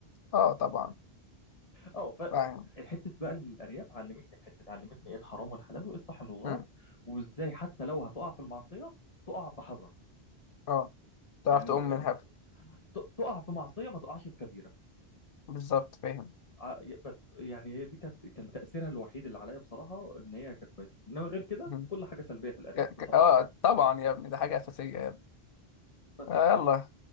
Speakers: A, on the left; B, on the left.
A: اه طبعا
B: اه
A: فاهم
B: فالحته بقى الارياف علمتني الحته دي علمتني ايه الحرام والحلال وايه الصح من الغلط
A: مم.
B: وازاي حتى لو هتقع في المعصيه تقع بحذر
A: اه تعرف
B: يعني
A: تقوم من
B: ما
A: هب
B: ت- ت- تقع في معصيه ما تقعش في كبيره
A: بالظبط فاهم
B: ع- بس يعني هي دي كانت كان تاثيرها الوحيد اللي عليا بصراحه ان هي كانت كويسه انما غير كده
A: مم.
B: كل حاجه سلبيه في الارياف
A: ك... ك...
B: بصراحه
A: اه طبعا يا ابني ده حاجه اساسيه يا ابني
B: بس
A: آه يلا